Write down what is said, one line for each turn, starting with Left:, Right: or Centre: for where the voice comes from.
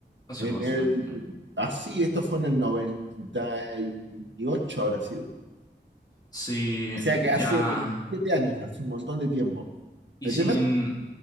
Left: Hace
Right: en
Left: bastante
Right: el,
Left: tiempo.
Right: así, esto fue en el 98, habrá sido. O
Left: Sí,
Right: sea que
Left: ya.
Right: hace 27 años, hace un montón de tiempo.
Left: y
Right: El
Left: sin,
Right: tema